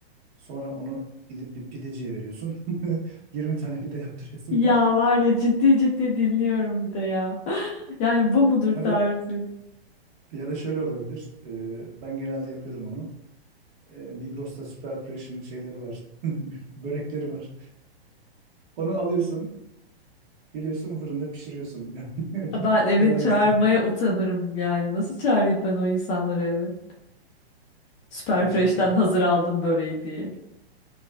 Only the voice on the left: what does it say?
Ya
var ya ciddi ciddi dinliyorum bir de ya. <laughs> Yani bu mudur
tarifin?
Ben eve
çağırmaya
utanırım yani. Nasıl çağırayım ben o insanları eve? Süperfresh'ten
hazır aldım böreği diye.